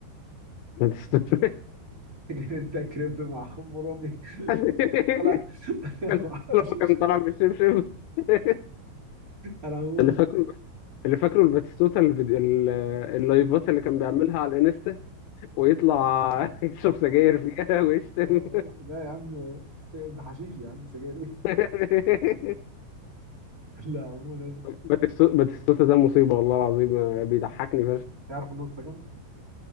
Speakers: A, on the left; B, on the right.
A: ما تست-
B: <laughs> انت كريب مع خمرمي
A: <laughs>
B: <laughs> طلع <laughs>
A: كان
B: ما اعرفش
A: لما كان طالع بالشبشب <laughs>
B: انا عموما
A: اللي فاكره اللي فاكره الباتيستوتا الفيديو- ال- اللايفات اللي كان بيعملها على الانستا ويطلع <laughs> يشرب سجاير فيها ويشتم
B: آه، لا يا عم س- ده حشيش يا عم سجاير ايه
A: <laughs>
B: <laughs> لا عموما
A: باتيستو- باتيستوتا ده مصيبة والله العظيم بيضحكني
B: تعرف انه اتسجن